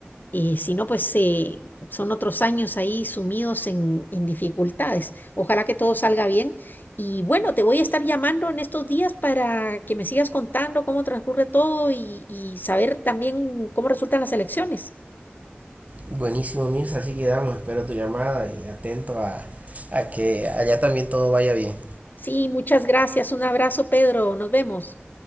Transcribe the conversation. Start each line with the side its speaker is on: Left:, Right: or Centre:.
Left: eh, si no, pues eh, son otros años ahí sumidos en, en dificultades. Ojalá que todo salga bien. Y bueno, te voy a estar llamando en estos días para que me sigas contando cómo transcurre todo y, y saber también cómo resultan las elecciones.
Right: Buenísimo, Mirza, así quedamos. Espero tu llamada y atento a, a que allá también todo vaya bien.
Left: Sí, muchas gracias. Un abrazo, Pedro. Nos vemos.